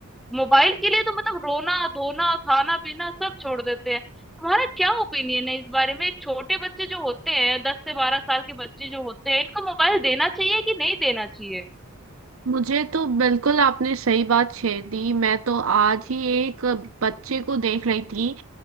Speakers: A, in the centre; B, on the right.
A: मोबाइल के लिए तो मतलब रोना धोना खाना पीना सब छोड़ देते हैं तुम्हारा क्या ओपिनियन है इस बारे में छोटे बच्चे जो होते हैं दस से बारह साल के बच्चे जो होते हैं इनको मोबाइल देना चाहिए कि नहीं देना चाहिए
B: मुझे तो बिल्कुल आपने सही बात छेड़ दी मैं तो आज ही एक बच्चे को देख रही थी